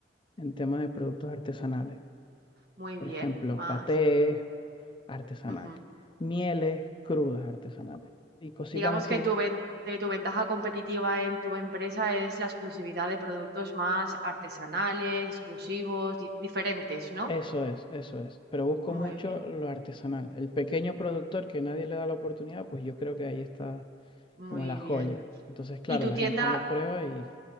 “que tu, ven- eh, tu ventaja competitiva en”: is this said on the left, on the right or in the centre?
Right